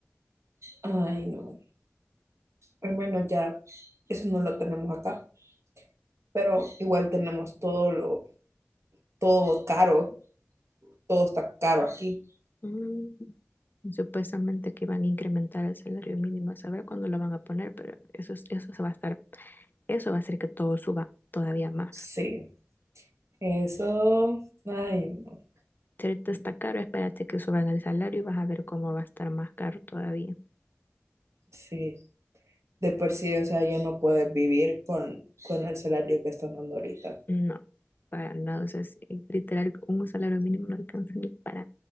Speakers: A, on the right (about 75°); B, on the left (about 40°).
A: Ay, no. Al menos ya, eso no lo tenemos acá, pero igual tenemos todo lo todo caro, todo está caro aquí.
B: Mm, Supuestamente que van a incrementar el salario mínimo, a saber cuándo lo van a poner, pero eso, es- eso se va a estar, eso va a hacer que todo suba todavía más.
A: Sí, eso, ay, no,
B: Si ahorita está caro, espérate que suban el salario y vas a ver cómo va a estar más caro todavía.
A: sí, de por sí, o sea, ya no puedes vivir con, con el salario que están dando ahorita.
B: No, para nada. O sea, es- literal, un salario mínimo no alcanza ni para,